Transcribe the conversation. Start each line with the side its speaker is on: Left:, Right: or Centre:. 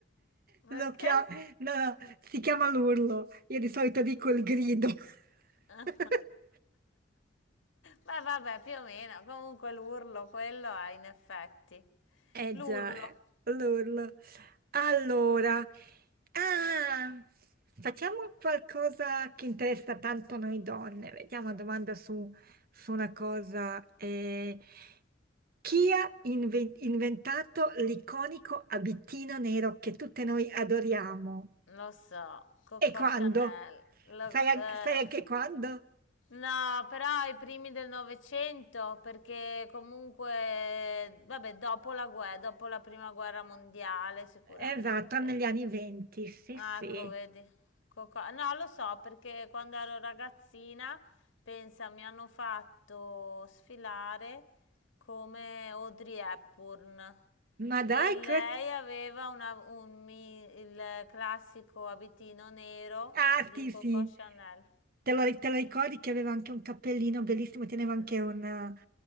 Left: Perché?
Right: Lo chia-
Left: <laughs>
Right: no, no, si chiama l'urlo, io di solito dico il grido.
Left: Ah.
Right: <laughs>
Left: Beh, vabbè, più o meno. Comunque l'urlo, quello è in effetti.
Right: Eh
Left: L'urlo.
Right: già, eh. l'urlo. Allora, ah, facciamo qualcosa che interessa tanto noi donne. Vediamo una domanda su, su una cosa. eh, chi ha inve- inventato l'iconico abitino nero che tutte noi adoriamo?
Left: Lo so, Coco
Right: E quando?
Left: Chanel. Lo-
Right: Sai
Left: le-
Right: anche, sai anche quando?
Left: No, però ai primi del Novecento, perché comunque, vabbè, dopo la guerra, dopo la prima guerra mondiale sicuramente.
Right: Esatto, negli anni venti, sì,
Left: Ah,
Right: sì.
Left: ecco, vedi. Coco- No, lo so, perché quando ero ragazzina, pensa, mi hanno fatto sfilare come Audrey Hepburn
Right: Ma dai,
Left: e lei
Right: que-
Left: aveva una- un mi- il classico abitino nero
Right: Ah,
Left: di
Right: sì,
Left: Coco
Right: sì.
Left: Chanel.
Right: Te lo, te lo ricordi che aveva anche un cappellino bellissimo, teneva anche
Left: Eh,
Right: una,